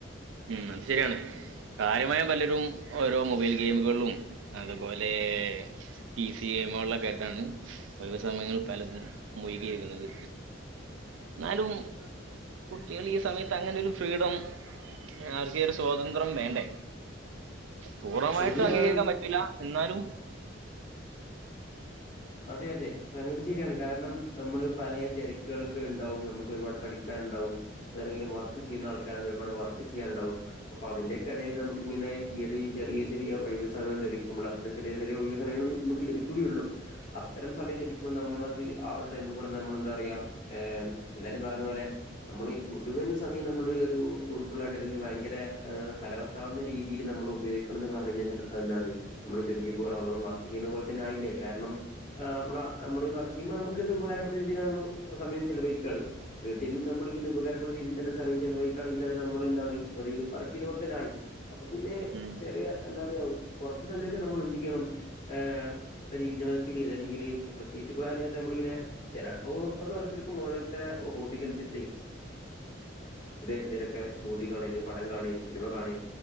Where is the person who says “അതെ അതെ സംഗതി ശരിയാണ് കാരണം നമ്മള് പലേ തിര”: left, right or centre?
Left